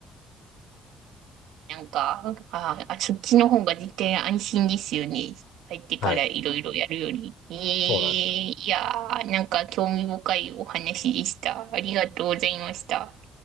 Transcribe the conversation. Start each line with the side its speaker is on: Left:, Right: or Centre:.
Right: なんか、ああ、そっちの方が絶対安心ですよね。入ってからいろいろやるより。
Left: はい。
Right: え
Left: そうなんです。
Right: えいやー、なんか興味深いお話でした。ありがとうございました。